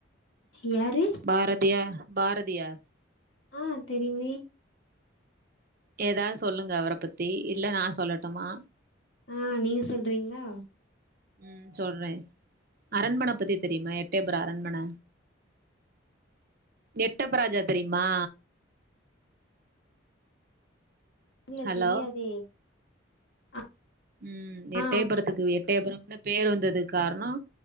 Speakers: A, on the left; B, on the right.
A: யாரு
B: பாரதியார் பாரதியார்
A: ஆ தெரியுமே
B: எதாது சொல்லுங்க அவர பத்தி இல்ல நா சொல்லட்டுமா
A: ஆ நீங்க சொல்றிங்ளா
B: ம் சொல்ற அரண்மன பத்தி தெரியுமா எட்டய புர அரண்மன எட்டப்ப ராஜா தெரியுமா
A: இல்ல
B: ஹலோ
A: தெரியாதே ஆ
B: ம் எட்டயபுரத்துக்கு
A: ஆ
B: எட்டய புரம்னு பேர் வந்தது காரணோ